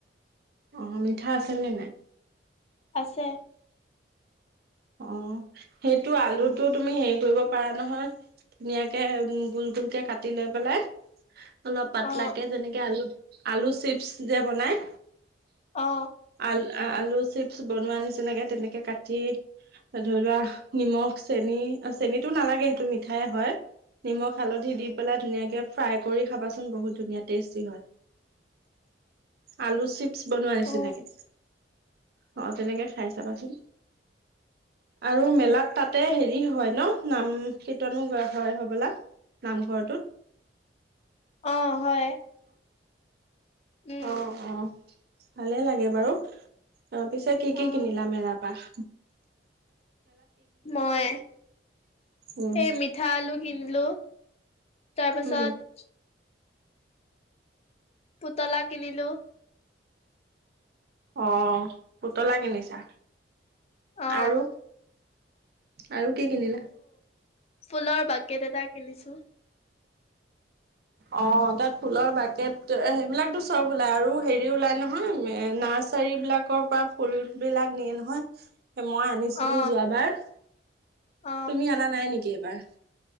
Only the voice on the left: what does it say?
আছে।
অ
অ
অ
অ হয়। উম
অ
মই
এই মিঠা আলু কিনিলো। তাৰপাছত।
পুতলা কিনিলো।
অ
ফুলৰ বাকেট এটা কিনিছো।
অ
অ